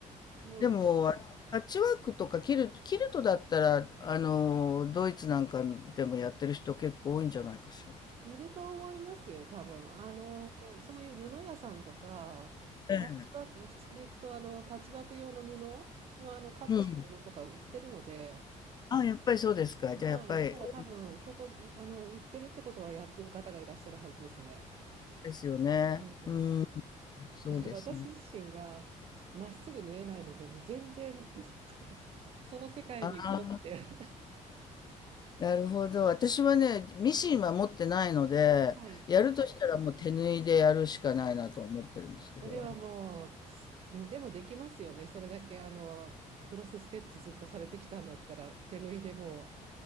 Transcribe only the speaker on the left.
でも、あパッチワークとかキルト、キルトだったら、あの、ドイツなんかでもやってる人結構多いんじゃないかしら。
ええ。
うん。あ、やっぱりそうですか。
じゃあ、やっぱり多い
ですよね。
うん、そうですね。
ああ、なるほど。私はね、ミシンは持ってないので、
やるとしたらもう手縫いでやるしかないなと思ってるんですけど。